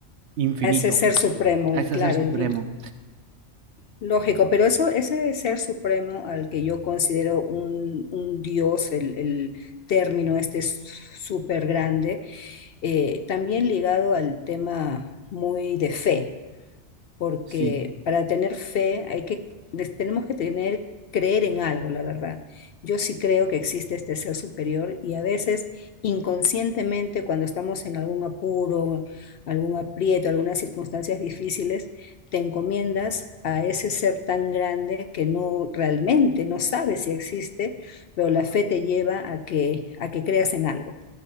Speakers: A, on the right (about 70°); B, on the left (about 60°).
A: infinito,
B: A ese ser
A: pues,
B: supremo,
A: a ese
B: claro,
A: ser supremo.
B: infinito. Lógico, pero eso, ese ser supremo al que yo considero un, un dios, el, el término este es súper grande, eh, también ligado al tema muy de fe porque
A: Sí,
B: para tener fe hay que, les- tenemos que tener, creer en algo, la verdad. Yo sí creo que existe este ser superior y a veces inconscientemente cuando estamos en algún apuro, algún aprieto, algunas circunstancias difíciles, te encomiendas a ese ser tan grande que no realmente no sabes si existe, pero la fe te lleva a que, a que creas en algo